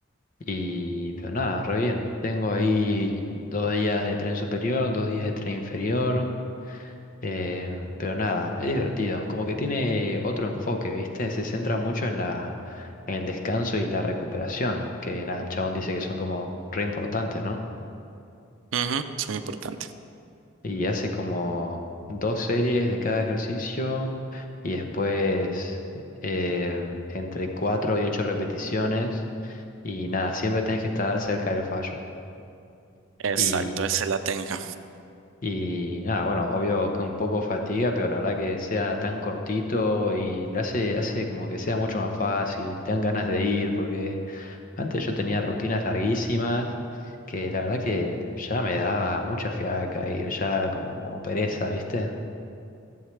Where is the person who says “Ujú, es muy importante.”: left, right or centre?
Right